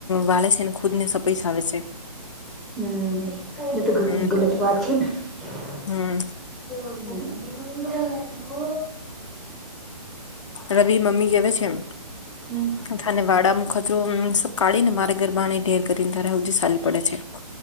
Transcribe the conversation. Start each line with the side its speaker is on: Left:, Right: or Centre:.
Left: વાળે છેન. ખુદ ને સપૈસ આવે છે.
Centre: હમ્મ એ તો ઘરનું
Left: હમ
Centre: ગલત વાત છે ને. એ
Left: હમ રવિ મમ્મી કેવા છે એમ?
Centre: હમ્મ.
Left: તને વાડા મુ ખતરો સબ કાઢીને મારે ગરબાને ઢેર કરીને તારે હવથી સારું પડે છે.